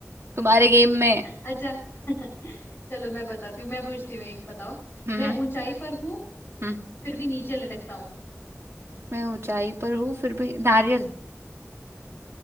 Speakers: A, on the right; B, on the left.
A: तुम्हारे गेम में
B: अच्छा <laughs> चलो मैं बताती हूँ मैं पूछती हूँ एक बताओ
A: हम्म
B: मैं
A: हम्म
B: ऊंचाई पर हूँ
A: हम्म।
B: फिर भी नीचे लटकता
A: मैं ऊंचाई पर हूँ फिर भी नारियल